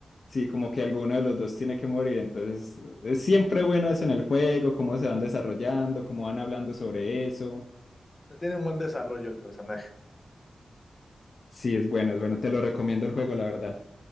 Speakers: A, on the left; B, on the left.
A: Sí, como que alguno de los dos tiene que morir, entonces es siempre bueno eso en el juego, cómo se van desarrollando, cómo van hablando sobre eso.
B: O sea, tiene un buen desarrollo el personaje.
A: Sí, es bueno, es bueno, te lo recomiendo el juego, la verdad.